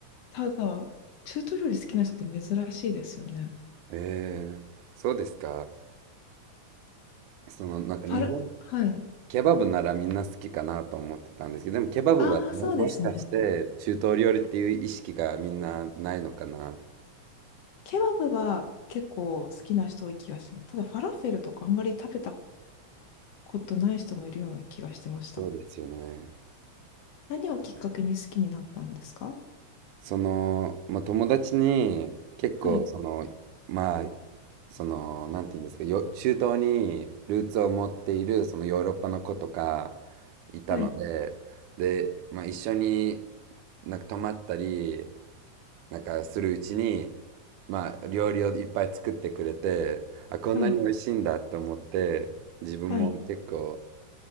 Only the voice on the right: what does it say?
えー、そうですかそのなんか日本
ケバブならみんな好きかなと思ってたんですけどでもケバブはも、
もしかして中東料理っていう意識がみんなないのかな
そうですよね。
その、まあ、友達に結構そのまあ
その、なんて言うんですか、よ、中東にルーツを持っている、そのヨーロッパの子とかいたので、
で、まあ一緒になんか泊まったり、なんかするうちに、まあ料理をいっぱい作ってくれて、あ、こんなに美味しいんだって思って、
自分も結構、